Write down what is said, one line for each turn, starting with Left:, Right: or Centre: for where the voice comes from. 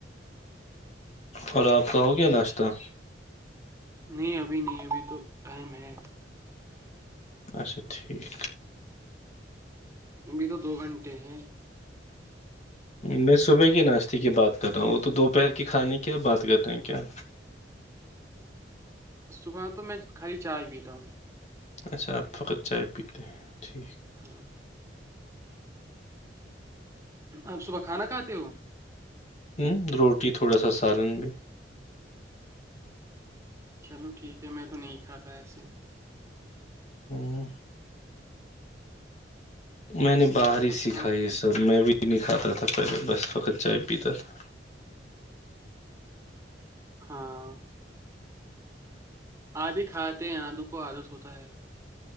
Left: اور آپ کا ہو گیا ناشتہ
Right: نہیں ابھی نہیں ابھی تو ٹائم ہے
Left: اچھا ٹھیک
Right: ابھی تو دو گھنٹے ہیں
Left: میں صبح کے ناشتے کی بات کر رہا ہوں وہ تو دوپہر کے کھانے کی بات کر رہے ہیں کیا
Right: صبح تو میں خالی چائے پیتا ہوں
Left: اچھا آپ فقت چائے پیتے ہیں ٹھیک
Right: ہاں آپ صبح کھانا کھاتے ہو
Left: ہوں روٹ اسٹی تھوڑا سارن میں بھی
Right: چلو ٹھیک ہے میں تو نہیں کھاتا ایسے ہی
Left: ہوں میں نے باہر
Right: اور
Left: ہی سیککھاائی
Right: سنائیں؟
Left: یہ سب میں بھی پی نہیں کھاتا تھا پہلے بس وقت چائے پیتا تھا
Right: ہاں آدھی کھاتے ہیں آدو کو آدس ہوتا ہے